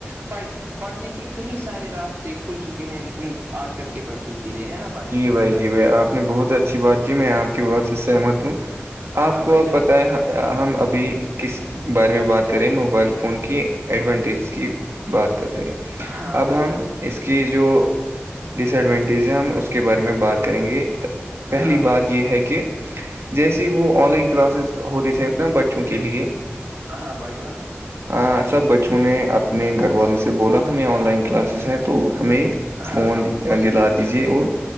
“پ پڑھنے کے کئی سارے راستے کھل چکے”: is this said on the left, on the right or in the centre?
Right